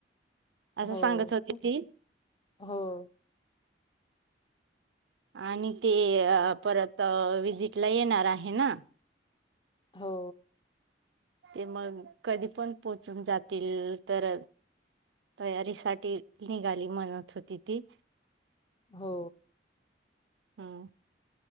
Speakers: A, on the left; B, on the right.
A: हो-हो,
B: असं सांगत होती ती आणि ते परत विजिट ला येणार आहे ना.
A: हो,
B: ते मग कधी पण पोहोचून जातील तर तयारीसाठी निघाली म्हणत होती ती.
A: हो,
B: हम,